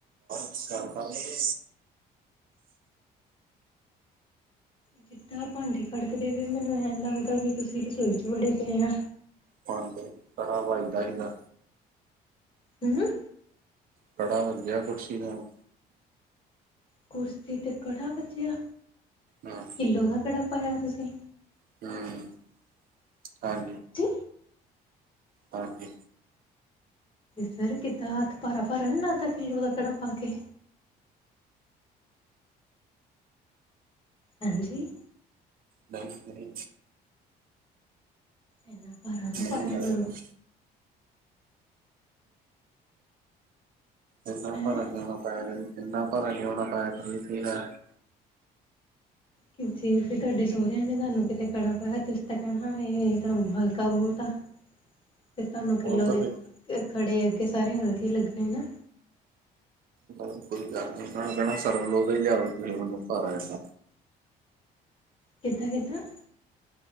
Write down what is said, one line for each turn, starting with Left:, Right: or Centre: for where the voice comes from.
Right: ਸਕਾਰ ਪਾਨੇ ਦੇ
Left: ਕਿੱਦਾਂ ਭਾਂਡੇ ਖੜਕਦੇ ਵੇ ਮੈਨੂੰ ਐਂ ਲੱਗਦਾ ਵੀ ਤੁਸੀ ਰਸੋਈ 'ਚ ਵੜੇ ਪਏ ਆ।
Right: ਭਾਂਡੇ ਕੜਾ ਵੱਜਦਾ ਨੀਗਾ।
Left: ਉਂ ਹੂੰ।
Right: ਕੜਾ ਵੱਜ ਗਿਆ ਕੁਰਸੀ ਨੂੰ
Left: ਕੁਰਸੀ ਤੇ ਕੜਾ ਵਜਿਆ!
Right: ਹਮ,
Left: ਕਿੱਲੋ ਦਾ ਕੜਾ ਪਾਇਆ ਤੁਸੀ?
Right: ਹੂ,,, ਹਾਂ
Left: ਜੀ।
Right: ਹਾਂਜੀ।
Left: ਸਰ ਕਿੱਦਾਂ ਹੱਥ ਭਾਰਾ ਭਾਰਾ ਨੀ ਕਿਲੋ ਦਾ ਕੜਾ ਪਾ ਕੇ। ਹਾਂਜੀ
Right: ਨਈ ਤੇਰੀ
Left: ਏਨਾ ਭਾਰਾ ਨਾ
Right: ਨਹੀਂ
Left: ਪਾਇਆ
Right: ਲੱਗਦਾ।
Left: ਕਰੋ।
Right: ਇਨਾ
Left: ਹੈਂ
Right: ਭਰਾ ਕਿਊ ਨਾ ਪਾਇਆ ਇਨਾ ਭਰ ਕਿਊ ਪਾਇਆ। <unintelligible>
Left: ਕਿ ਜੇ ਤੁਹਾਡੇ ਸੋਰਿਆਂ ਨੇ ਤੁਹਾਨੂੰ ਕਿਤੇ ਕੜਾ ਪਾਇਆ ਤੁਸੀਂ ਤਾਂ ਕਹਿਣਾ ਏ ਤੁਹਾਨੂੰ ਹਲਕਾ ਬਹੁਤ ਹੈ ਤੇ ਤੁਹਾਨੂੰ ਕਿਲੋ
Right: ਉਹ ਤਾਂ
Left: ਦੇ
Right: ਫਿਰ
Left: ਖੜੇ ਹੋ ਕੇ ਸਾਰੇ ਹਲਕੇ ਲੱਗਣੇ ਨਾ।
Right: ਨਾ ਕੋਈ ਗੱਲ ਨੀ ਕੋਈ ਸਰਵ <inaudible> ਭਾਰਾ ਹੈ ਤਾਂ
Left: ਕਿੱਦਾਂ ਕਿੱਦਾਂ